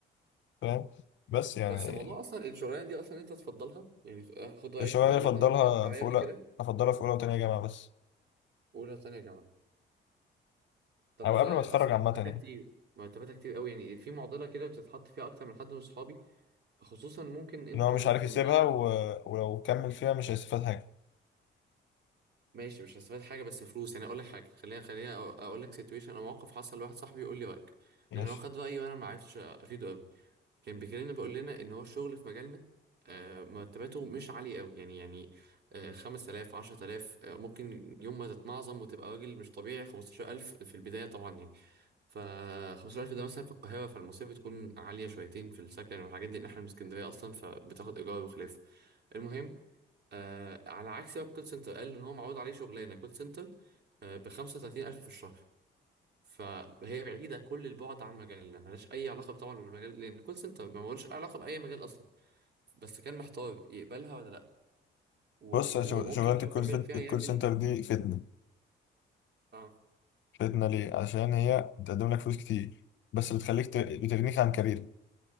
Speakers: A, on the left; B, on the right.
A: فاهم بس يعني
B: بس الموضوع اصلا الشغلانه دي اصلا انت تفضلها يعني خ- خد رايك
A: الشغلانه
B: في ده لان
A: دي افضلها
B: انا اتعرضت عليا
A: في اولى
B: قبل كده
A: افضلها في اولى وتانية جامعه بس
B: اولى ثانيه يا جماعه طب
A: او
B: سؤال
A: قبل ما اتخرج
B: اصلا
A: عامه
B: مرتباتها
A: يعني
B: كتير مرتباتها كتير قوي يعني في معضله كده بتتحط فيها اكتر من حد من صحابي خصوصا ممكن انتوا
A: ان هو مش عارف
B: في
A: يسيبها
B: مجال
A: و... ولو كمل فيها مش هيستفاد حاجه
B: ماشي مش هستفاد حاجه بس فلوس يعني اقول لك حاجه خليها خليها اقول لك سيتويشن او موقف حصل لواحد صاحبي يقول لي رايك
A: ماشي
B: لان هو خد رايي وانا ما عرفتش افيده قوي كان بيكلمنا بيقول لنا ان هو الشغل في مجالنا آه، مرتباته مش عاليه قوي يعني يعني آه، 5000 10000 آه، ممكن يوم ما تتنعظم وتبقى راجل مش طبيعي 15000 في البدايه طبعا يعني ف 15000 ده مثلا في القاهره فالمصاريف بتكون عاليه شويتين في السكن والحاجات دي ان احنا من اسكندريه اصلا فبتاخد ايجار وخلافه المهم آه على عكس بقى الكول سنتر قال ان هو معروض عليه شغلانه كول سنتر آه ب 35000 في الشهر فهي بعيده كل البعد عن مجالنا ملهاش اي علاقه طبعا بالمجال لان الكول سنتر ما ملوش علاقه باي مجال اصلا بس كان محتار يقبلها ولا لا و-
A: بص يا شغ-
B: وممكن
A: شغلانه الكول
B: لو كمل
A: سنت-
B: فيها
A: الكول
B: يعمل
A: سنتر دي فتنه
B: اه
A: شدنا ليه عشان هي بتقدم لك فلوس كتير بس بتخليك ت- بتغنيك عن كارير